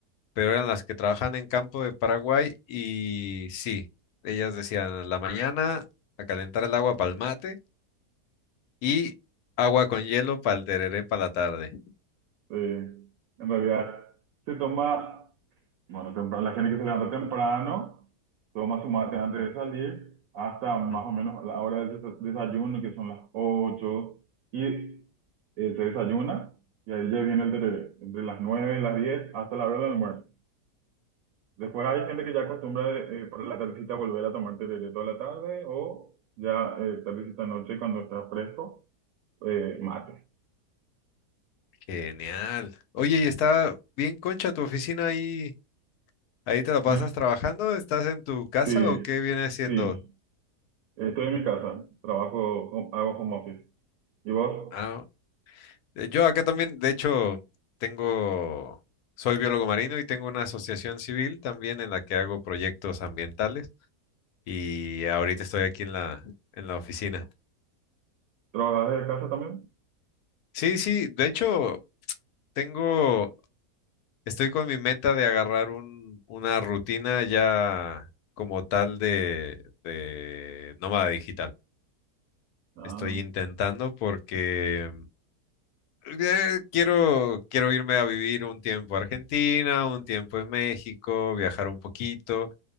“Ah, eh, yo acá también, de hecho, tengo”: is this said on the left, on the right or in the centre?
Left